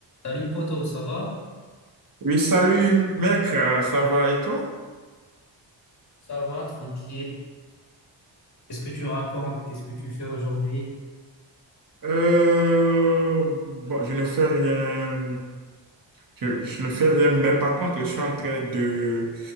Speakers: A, on the left; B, on the right.
A: Salut poto, ça va?
B: Oui, salut mec, euh, ça va et toi?
A: Ça va, tranquille. Qu'est-ce que tu racontes? Qu'est-ce que tu fais aujourd'hui?
B: Euh, bon, je ne fais rien, je, je ne fais rien, mais par contre, je suis en train de